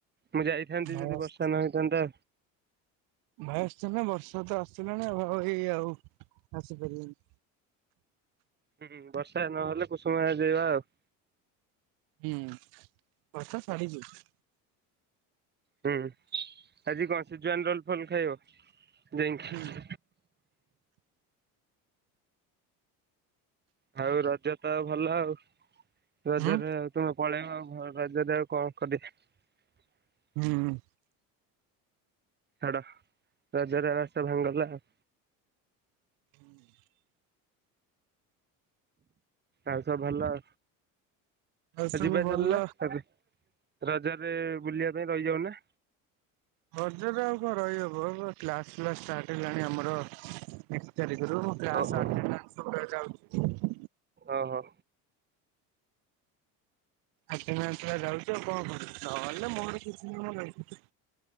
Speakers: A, on the right; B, on the right.
A: ମୁଁ ଯାଇଥାନ୍ତନ୍ତି
B: ଭାଇ
A: ଯଦି
B: ଆସ
A: ବର୍ଷା ନ ହେଇଥାନ୍ତା।
B: ଭାଇ ଆସିଥାନ୍ତା ବର୍ଷା ତ ଆସଥିଲାଣି ଆଉ ଏଇ ଆଉ ଆସିପାରିବନି।
A: ହୁଁ ବର୍ଷା ନହେଲେ କୁସୁମା ଆ ଯିବା ଆଉ।
B: ହୁଁ ବର୍ଷା ଛାଡିିଯିବ।
A: ହୁଁ ଆଜି କଁ ସିଜୁଆଲ୍ ରୋଲ୍ ଫୋଲ୍ ଖାଇବ ଯାଇଁ।
B: ହୁଁ
A: ହାଉ ରଜ ତ ଭଲ ଆଉ ରଜରେ
B: ହୁଁ
A: ଆଉ ତମେ ପଳେଇବ ଆଉ ଭ ରଜରେ ଆଉ କଁ? <unintelligible>
B: ହୁଁ।
A: ଛାଡ ରଜର ରାସ ଭାଙ୍ଗିଗଲା ଆଉ।
B: <inaudible>
A: ଆଉ ସବୁ ଭଲ।
B: ଆଉ
A: ହେ
B: ସବୁ
A: ଯିବା ଚାଲୁନା
B: ଭଲ
A: <unintelligible> ରଜରେ ବୁଲିଆ ପାଇଁ ରଇଯାଉନା।
B: ରଜରେ ଆଉ କଁ ରଇହବ ଏ ପା କ୍ଲାସ ଫାଲ୍ସ ଷ୍ଟାର୍ଟ ହେଲାଣି ଆମର। ଏକ୍ ତାରିଖରୁ ମୋ କ୍ଲାସ୍
A: ଓହୋ
B: ଷ୍ଟାଟ୍ <unintelligible> ଯାଉଚି।
A: ଓହୋ।
B: ଆଟେନାନ୍ସଗୁଡା ଯାଉଚି ଆଉ କଁ କରିବି ନହଲେ ମୋର କିଛି <unintelligible> ନାଇଁ।